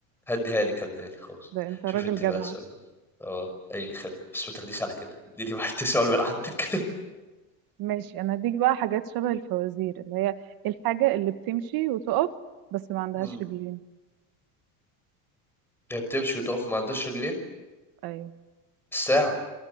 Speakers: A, in the centre; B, on the right (about 50°).
A: هديها لك هديها لك خلاص
B: ده انت
A: شوف
B: راجل
A: انت بقى
B: جدع
A: السؤال اه اي خد بس ما تاخديش على كده اديني واحد سؤال من عندك
B: ماشي انا هديك بقى حاجات شبه الفوازير اللي هي الحاجة اللي بتمشي وتقف بس ما عندهاش
A: <laughs> مم.
B: رجلين
A: هي بتمشي وتقف ما عندهاش رجلين
B: ايوه
A: الساعة